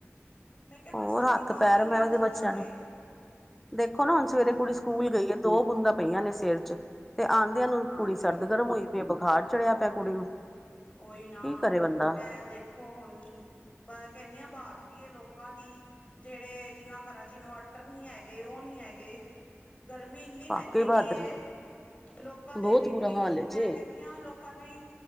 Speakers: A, on the left (about 25°); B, in the centre.
A: ਮੈਂ ਕਿਹਾ ਬਰਸਾਤੀ
B: ਹੋਰ ਹੱਥ
A: ਪਾਣੀ
B: ਪੈਰ
A: ਇੰਨਾ
B: ਮੈਂ <unintelligible>
A: ਗੰਦਾ ਵੇ
B: ਦੇਖੋ ਨਾ ਹੁਣ
A: ਹੂੰ
B: ਸਵੇਰੇ ਕੁੜੀ ਸਕੂਲ ਗਈ ਏ ਦੋ ਬੂੰਦਾਂ ਪਈਆਂ ਨੇ ਸਿਰ ਚ। ਤੇ ਆਦਿਆਂ ਨੂੰ
A: ਹਾਂਜੀ।
B: ਕੁੜੀ ਸਰਦ ਗਰਮ ਹੋਈ ਪੀ ਏ ਬੁਖਾਰ ਚੜਿਆ ਪਿਆ ਕੁੜੀ ਨੂੰ।
A: ਓਹੀ ਨਾ
B: ਕੀ ਕਰੇ ਬੰਦਾ
A: ਇਹ ਦੇਖੋ ਹੁਣ, ਮੈਂ ਕਹਿੰਨੀ ਆਂ ਬਹਾਦਰੀ ਏ ਲੋਕਾਂ ਦੀ ਜੇੜੇ ਜਿੰਨਾਂ ਘਰਾਂ ਚ ਇਨਵਰਟਰ ਨੀ ਹੈਗੇ, ਉਹ ਨੀ ਹੈਗੇ। ਗਰਮੀ ਇੰਨੀ ਪੈਂਦੀ
B: ਵਾਕਈ ਬਹਾਦਰੀ
A: ਪਈ ਏ,
B: ਹੈ।
A: ਲੋਕਾਂ ਦੇ
B: ਬਹੁਤ
A: ਬੀਪੀ
B: ਬੁਰਾ
A: ਲੋ,
B: ਹਾਲ ਏ
A: ਮੈਂ
B: ਜੀ
A: ਕਹਿੰਨੀਂ ਹਾਂ ਲੋਕਾਂ ਦੀ